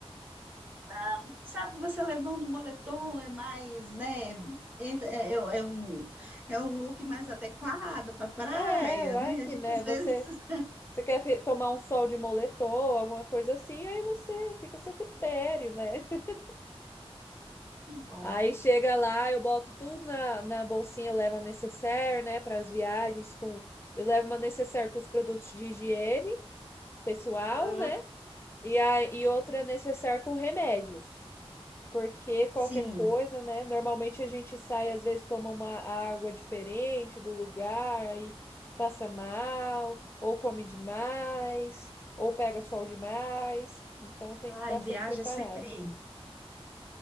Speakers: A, on the right (about 15°); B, on the left (about 25°).
A: ah, Sabe, você levando o moletom é mais, né? entra- É, é- é um, é um look mais adequado para praia,
B: É, é, vai
A: né?
B: que,
A: A gente
B: né?
A: às vezes.
B: Você,
A: <laughs>
B: você quer fe- tomar um sol de moletom, alguma coisa assim, aí você fica a seu critério, né? <laughs>
A: Que bom.
B: Aí chega lá, eu boto tudo na, na bolsinha, eu levo a necessaire, né? Para as viagens, com eu levo uma necessaire com os produtos de higiene pessoal,
A: Uhum.
B: né? E, a, e outra necessaire com remédios. Porque qualquer
A: Sim.
B: coisa, né? Normalmente a gente sai, às vezes toma uma água diferente do lugar, aí passa mal, ou come demais, ou pega sol demais. Então tem
A: Ai,
B: que estar
A: viagem
B: sempre preparado,
A: é sempre.
B: né?